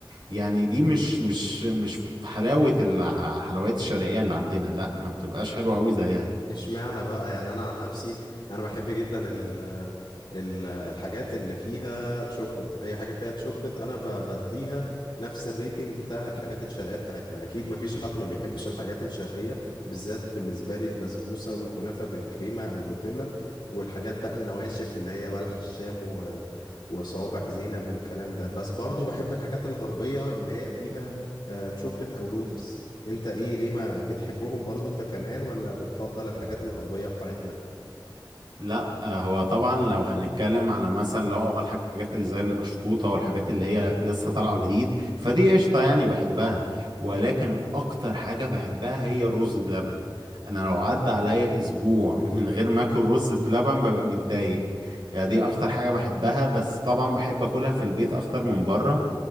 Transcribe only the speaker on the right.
يعني دي مش مش مش في حلاوة الح- الحلويات الشرقية اللي عندنا لا ما بتبقاش حلوة أوي زيها
لا آه، هو طبعا لو هنتكلم على مثلا اللي هو الحاجات اللي زي القشطوطه والحاجات اللي هي لسه طالعه جديد فدي قشطه يعني بحبها ولكن اكتر حاجه بحبها هي الرز بلبن انا لو عدى عليا اسبوع من غير ما اكل رز بلبن ببقى متضايق يعني دي اكتر حاجه بحبها بس طبعا بحب اكلها في البيت اكتر من بره